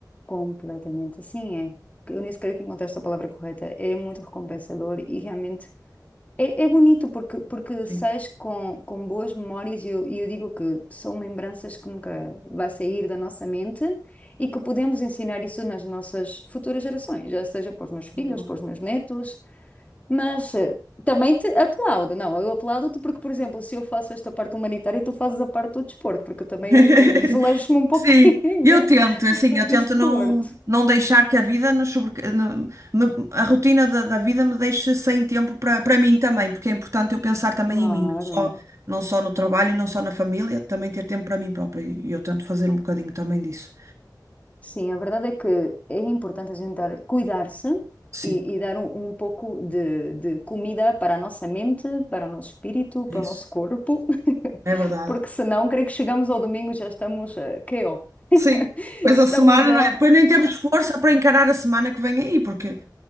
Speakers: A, on the left (about 20°); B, on the right (about 45°).
A: Completamente, assim é. Eu nem sequer que encontraste a palavra correta. É muito recompensador e realmente é, é bonito porque, porque sais
B: Sim.
A: com, com boas memórias e eu, e eu digo que são lembranças que nunca vai sair da nossa mente e que podemos ensinar isso nas nossas futuras gerações, já seja para os meus filhos,
B: Boa.
A: para os meus netos, mas eh, também te aplaudo. Não, eu aplaudo-te porque, por exemplo, se eu faço esta parte humanitária, tu fazes a parte do desporto, porque eu também
B: <laughs>
A: eh, desleixo-me um <laughs> pouquinho
B: Sim, eu tento, é assim,
A: do
B: eu
A: desporto.
B: tento não, não deixar que a vida nos sobreca- no- me- a rotina da, da vida me deixe sem tempo para para mim também, porque é importante eu pensar também
A: Claro.
B: em mim, não só, não só no trabalho, não só na família, também ter tempo para mim própria. E eu tento fazer um bocadinho também disso.
A: Sim, a verdade é que é importante a gente dar- cuidar-se
B: Sim,
A: e, e dar um, um pouco de, de comida para a nossa mente, para o nosso espírito, para
B: é isso.
A: o nosso corpo, <laughs>
B: É verdade.
A: porque senão, creio que chegamos ao domingo e já estamos eh, KO. <laughs>
B: Sim. Pois
A: Estamos
B: a semana,
A: já.
B: não é? Depois nem temos força para encarar a semana que vem aí, porque